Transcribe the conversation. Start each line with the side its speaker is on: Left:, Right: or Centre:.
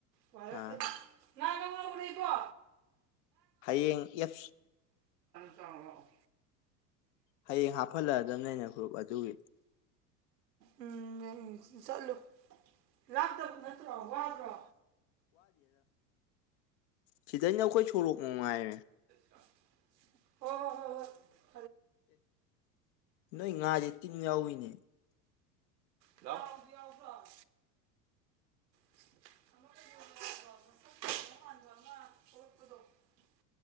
Right: ꯋꯥꯔꯀꯗꯤ
Left: ꯑꯥ
Right: ꯌꯥ ꯎꯀꯣ
Left: ꯍꯌꯦꯡꯐ
Right: ꯆꯥꯣ
Left: ꯍꯌꯦꯡ ꯍꯥꯞ ꯍꯠꯂꯛꯑꯗꯕꯅꯦꯅꯦ ꯐ꯭ꯔꯨꯞ ꯑꯗꯨꯒꯤ
Right: ꯎꯝ ꯆꯠꯂꯨ ꯂꯥꯞꯇꯕ ꯅꯠꯇ꯭ꯔꯣ ꯋꯥꯕ꯭ꯔꯣ
Left: ꯁꯤꯗꯩꯩꯅꯈꯣꯏ ꯁꯣꯔꯣꯛ ꯃꯅꯨꯡꯉꯥꯏꯦ
Right: ꯍ ꯍꯣ ꯍꯣ ꯍ
Left: ꯅ ꯉꯖꯤ ꯇꯤꯡ ꯌꯥꯎꯏꯤꯅꯦ
Right: ꯂ ꯃꯗꯣ